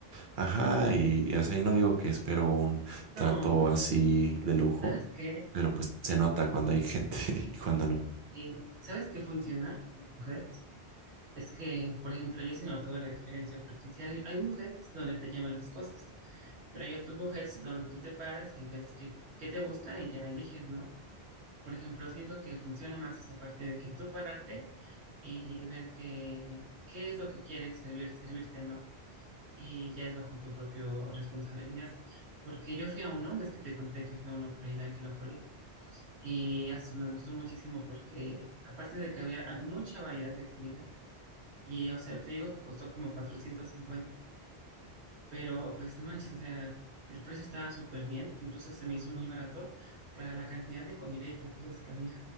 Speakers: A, on the right; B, on the right.
A: Ajá,
B: <laughs>
A: y, y así no digo que espero un
B: No,
A: trato así de lujo,
B: ¿sabes qué?
A: pero pues se nota cuando hay gente <laughs> y cuando no.
B: Sí, ¿sabes qué funciona en los buffets? Es que, por ejemplo, yo sí he notado la diferencia, porque si hay, hay buffets donde te llevan las cosas, pero hay otros buffets donde tú te paras y ves qué, qué te gusta y ya eliges, ¿no? Por ejemplo, siento que funciona más esa parte de que tú pararte y ver qué qué es lo que quieres servir, servirte, ¿no? Y ya es bajo tu propia responsabilidad. Porque yo fui a uno, ves que te conté que fui a uno por ahí de Angelópolis, y eso me gustó muchísimo porque aparte de que había, había mucha variedad de comida, y o sea, te digo que costó como 450. Pero pues no manches, o sea, el precio estaba súper bien, incluso se me hizo muy barato para la cantidad de comida y platillos que había.